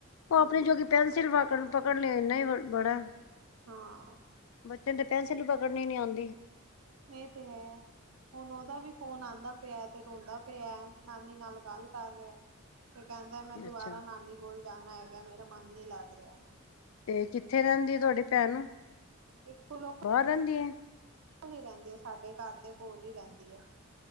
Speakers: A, on the left; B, on the right.
A: ਉਹ ਆਪਣੇਂ
B: ਹੂੰ
A: ਜੋਗੀ ਪੈਨਸਿਲ ਪਕੜ-ਪਕੜ ਲੇ ਏਨਾਂ ਈ ਬੜਾਂ ਐਂ।
B: ਹਾਂ।
A: ਬੱਚੇ ਨੂੰ ਤੇ ਪੈਨਸਿਲ ਪਕੜਨੀ ਨੀਂ ਆਂਦੀ।
B: ਏ ਤੇ ਹੈਂ। ਹੁਣ ਉਹਦਾ ਵੀ ਫ਼ੋਨ ਆਂਦਾ ਪਿਆ, ਤੇ ਰੋਂਦਾ ਪਿਆ, ਨਾਨੀ ਨਾਲ਼ ਗੱਲ਼ ਕਰ ਰਿਆ। ਤੇ ਕਹਿੰਦਾਂ ਮੈਂ ਦੁਬਾਰਾ
A: ਅੱਛਾ
B: ਨਾਨੀ ਕੋਲ਼ ਜਾਣਾਂ ਹੈਗਾ, ਮੇਰਾ ਮਨ ਨੀਂ ਲੱਗ ਰਿਹਾਂ।
A: ਤੇ ਕਿੱਥੇ ਰਹਿੰਦੀ ਹੈਂ, ਤੁਹਾਡੀ ਭੈਣ
B: ਦੇਖੋ ਲੋਕ
A: ਬਾਹਰ ਰਹਿੰਦੀ ਐ?
B: <unintelligible> ਰਹਿੰਦੀ ਐ ਸਾਡੇ। ਘਰ ਦੇ ਕੋਲ਼ ਹੀ ਰਹਿੰਦੀ ਐ,